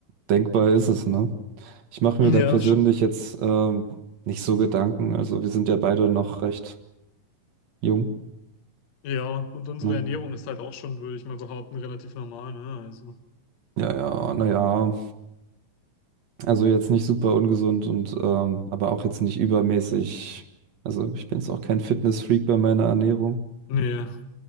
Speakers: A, on the right; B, on the left.
A: Denkbar ist es, ne? Ich mache
B: Ja,
A: mir da persönlich
B: schon.
A: jetzt ähm, nicht so Gedanken. Also wir sind ja beide noch recht jung.
B: Ja, und unsere
A: Ne?
B: Ernährung ist halt auch schon, würde ich mal behaupten, relativ normal, ne? Also,
A: Ja, ja, naja, also jetzt nicht super ungesund und ähm, aber auch jetzt nicht übermäßig. Also ich bin jetzt auch kein Fitness-Freak bei meiner Ernährung.
B: nee.